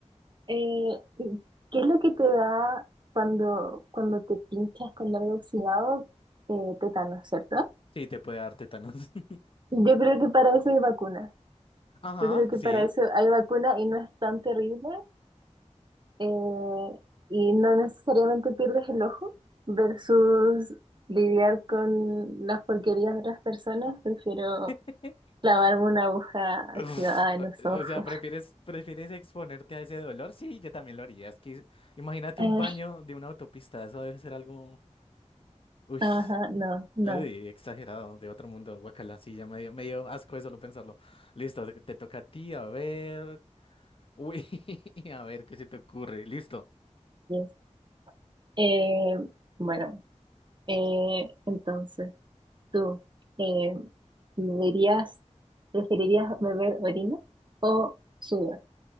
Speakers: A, on the right; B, on the left.
A: Eh, ¿y ¿qué es lo que te da cuando, cuando te pinchas con algo oxidado? Eh, tétanos, ¿cierto?
B: Sí, te puede dar tétanos. <laughs>
A: Yo creo que para eso hay vacuna.
B: Ajá,
A: Yo creo que
B: sí.
A: para eso hay vacuna y no es tan terrible. eh, y no necesariamente pierdes el ojo versus lidiar con las porquerías de otras personas. Prefiero
B: <laughs>
A: clavarme una aguja
B: O
A: oxidada en los ojos.
B: sea, ¿prefieres,
A: <laughs>
B: prefieres exponerte a ese dolor? Sí, yo también lo haría. Es que imagínate
A: Eh,
B: un baño de una autopista, eso debe ser algo, uy,
A: ajá, no, no,
B: uy, exagerado, de otro mundo, guacala, sí, ya me dio, me dio asco de solo pensarlo. Listo, te, te toca a ti, a ver, uy, <laughs> a ver qué se te ocurre, listo.
A: yes. Eh, bueno, eh, entonces. tú, eh, ¿me ¿verías, preferirías beber orina o sudor?